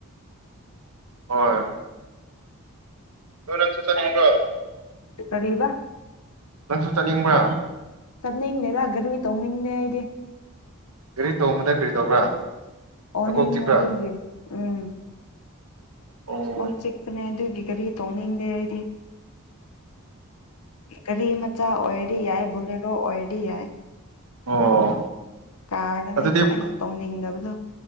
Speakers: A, on the right; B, on the left.
A: ꯍꯣꯏ ꯗꯣ ꯅꯪꯁꯨ ꯆꯠꯅꯤꯡꯕ꯭ꯔꯣ
B: ꯀꯔꯤꯕ
A: ꯅꯪꯁꯨ ꯆꯠꯅꯤꯡꯕ꯭ꯔꯥ
B: ꯆꯠꯅꯤꯡꯗꯦꯗ ꯒꯥꯔꯤ ꯇꯧꯅꯤꯡꯗꯦ ꯑꯩꯗꯤ
A: ꯒꯥꯔꯤ ꯇꯣꯡꯕꯗ ꯀꯔꯤ ꯇꯧꯕ꯭ꯔꯥ
B: ꯑꯣꯅꯤꯡꯉꯦ
A: ꯅꯀꯣꯛ ꯆꯤꯛꯄ꯭ꯔꯥ
B: ꯑꯗꯨꯒꯤ ꯎꯝ
A: ꯑꯣ
B: ꯀꯣꯛ ꯆꯤꯛ ꯑꯗꯨꯒꯤ ꯒꯥꯔꯤ ꯇꯧꯅꯤꯡꯗꯦ ꯑꯩꯗꯤ ꯒꯥꯔꯤ ꯃꯆꯥ ꯑꯣꯏꯔꯗꯤ ꯌꯥꯏ ꯕꯣꯂꯦꯔꯣ ꯑꯣꯏꯔꯗꯤ ꯌꯥꯏ
A: ꯑꯣ
B: ꯀꯥꯔꯗꯅꯦꯀꯣ
A: ꯑꯗꯨꯗꯤ
B: ꯑꯩꯅ ꯇꯧꯅꯤꯡꯗꯕꯗꯣ